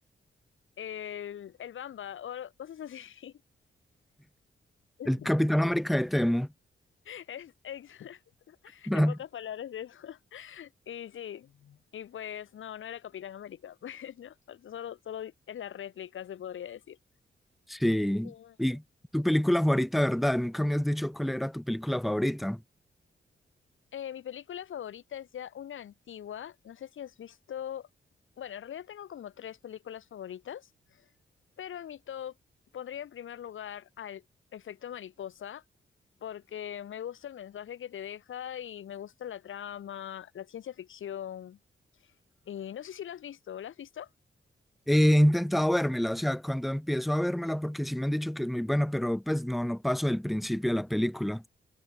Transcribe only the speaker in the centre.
El Capitán América de Temo.
<laughs>
Sí,
y tu película favorita, ¿verdad? Nunca me has dicho cuál era tu película favorita.
He intentado vérmela, o sea, cuando empiezo a vérmela, porque sí me han dicho que es muy buena, pero pues no, no paso del principio de la película.